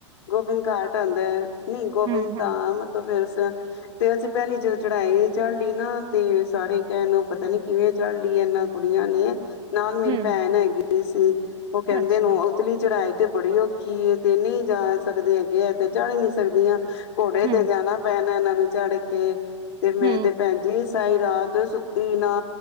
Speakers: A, on the left (about 55°); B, on the right (about 30°).
A: ਗੋਬਿੰਦ ਘਾਟ ਆਦਾ ਐ। ਨਹੀਂ ਗੋਬਿੰਦ
B: ਹਮ ਹਮ
A: ਤਾਮ ਤਾਂ ਮੈਂ ਫੇਰ ਤੇ ਅਸੀਂ ਪਹਿਲੀ ਜਦੋਂ ਚੜ੍ਹਾਈ ਚੜ੍ਹ ਲਈ ਨਾ ਤੇ ਸਾਰੇ ਕਹਿਣ ਪਤਾ ਨੀ ਕਿਵੇਂ ਚੜ ਲਈਏ ਇਹਨਾਂ ਕੁੜੀਆਂ ਨੇ ਨਾਲ ਮੇਰੀ
B: ਹਮ
A: ਭੈਣ ਹੈਗੀ। ਇਹ ਸੀ। ਉਹ ਕਹਿੰਦੇ
B: ਅੱਛਾ
A: ਨੇ ਉਤਲੀ ਚੜਾਈ ਤੇ ਬੜੀ ਔਖੀ ਹੈ ਤੇ ਨਹੀਂ ਜਾ ਸਕਦੇ ਹੈਗੇ ਹੈ, ਤੇ ਚ੍ਹੜ ਹੀ ਨੀ ਸਕਦੀਆਂ। ਘੋੜੇ
B: ਹਮ
A: ਤੇ ਜਾਣਾ ਪੈਣਾ। ਇਹਨਾਂ ਨੂੰ ਚੜ੍ਹ ਕੇ। ਤੇ ਮੈਂ
B: ਹਮ
A: ਤੇ ਭੈਣ ਜੀ ਸਾਰੀ ਰਾਤ ਸੁਤੀ ਨਾ।